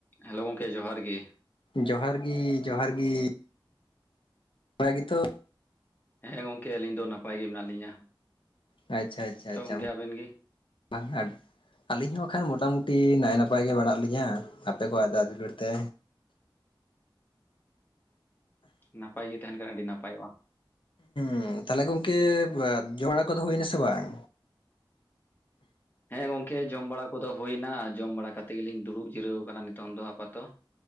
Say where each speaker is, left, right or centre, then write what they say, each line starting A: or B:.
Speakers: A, on the left (about 25°); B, on the left (about 70°).
A: Hello ᱜᱚᱝᱠᱮ ᱡᱚᱦᱟᱨ ᱜᱮ
B: ᱡᱚᱦᱟᱨ ᱜᱤ ᱡᱚᱦᱟᱨ ᱜᱤ <unintelligible> ᱜᱤᱛᱚ
A: ᱦᱮᱸ ᱜᱚᱝᱠᱮ ᱟᱹᱞᱤᱧ ᱫᱚ ᱱᱟᱯᱟᱭ ᱜᱮ ᱢᱮᱱᱟᱜ ᱞᱤᱧᱟᱹ
B: ᱟᱪᱪᱷᱟ ᱟᱪᱪᱷᱟ
A: ᱛᱚ
B: ᱟᱪᱪᱷᱟ
A: ᱜᱚᱝᱠᱮ ᱟᱵᱤᱱ ᱜᱮ
B: ᱵᱟᱝ <unintelligible> ᱟᱹᱞᱤᱧ ᱦᱚᱸ ᱠᱷᱟᱡ ᱢᱚᱴᱟᱢᱩᱴᱤ ᱱᱟᱭ ᱱᱟᱯᱟᱭ ᱜᱮ ᱵᱟᱲᱟᱜ ᱞᱤᱧᱟᱹ ᱟᱯᱮ ᱠᱚᱣᱟᱜ ᱫᱟᱭᱟ ᱫᱩᱞᱟᱹᱲ ᱛᱮ
A: ᱱᱟᱯᱟᱭ ᱜᱮ ᱛᱟᱦᱮᱱ ᱠᱟᱱᱟ ᱟᱹᱰᱤ ᱱᱟᱯᱟᱭᱚᱜ-ᱟ᱾
B: <unintelligible> ᱛᱟᱦᱚᱞᱮ ᱜᱚᱝᱠᱮ ᱡᱷᱚᱜᱽᱲᱟ ᱠᱚᱫᱚ ᱦᱩᱭᱱᱟ ᱥᱮ ᱵᱟᱝ
A: ᱦᱮᱸ ᱜᱚᱝᱠᱮ ᱡᱚᱢ ᱵᱟᱲᱟ ᱠᱚᱫᱚ ᱦᱩᱭᱱᱟ ᱡᱚᱢ ᱵᱟᱲᱟ ᱠᱟᱛᱮᱜ ᱜᱮᱞᱤᱧ ᱫᱩᱲᱩᱵ ᱡᱤᱨᱟᱹᱣ ᱟᱠᱟᱱᱟ ᱱᱤᱛᱚᱝ ᱫᱚ ᱟᱯᱟᱛᱚ